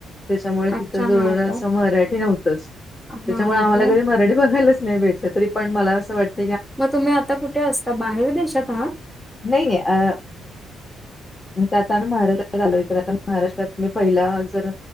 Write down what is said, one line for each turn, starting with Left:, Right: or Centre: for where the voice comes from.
Left: त्याच्यामुळे
Centre: अच्छा
Left: तिथ जवळ
Centre: हा आता
Left: अस मराठी नव्हतच.
Centre: हा
Left: त्याच्यामुळे आम्हाला
Centre: काय
Left: कधी मराठी बघायलाच नाही भेटल. तरी पण मला अस वाटत
Centre: मग तुम्ही आता कुठे असता बाहेर देशात आहात.
Left: नाही नाही अ इथ आता आम्ही महाराष्ट्रात आलो. तर आता महाराष्ट्रात मी पहिला जर